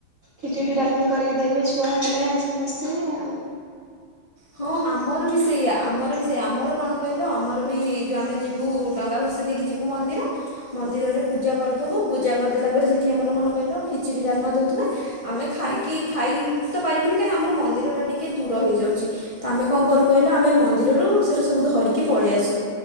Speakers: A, on the right (about 50°); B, on the left (about 30°).
A: ଖିଚୁଟି ଡାଲମାେ କରିକି ଦେବେ ଛୁଆ ପିଲା ସମସ୍ତେ ଆଉ।
B: ହଁ ଆମର ବି ସେଇଆ ଆମର ବି ସେଇ ଆମର କଣ କହିଲ ଆମର ବି ଯୋଉ ଆମେ ଯ ଯିବୁ ଡଙ୍ଗା ଭସେଇ ଦେଇକି ଯିବୁ ମନ୍ଦିର। ମନ୍ଦିରରେ ପୂଜା କରୁଥିବୁ ସେଠୀ ଆମର ଖିଚିର ଡାଲମା ଦାଉଥିବେ। ଆମେ ଖାଇକି ଖାଇ ତ ପାରିବୁନି କାହିଁକି ନା ଆମର ମନ୍ଦିର ଟା ଟିକେ ଦୂର ହେଇଯାଉଛି। ତ ଆମେ କଣ କରୁ କହିଲା ଆମେ ମନ୍ଦିରରୁ ସେଟା ସବୁ ଧରିକି ପଳେଇ ଆସୁ।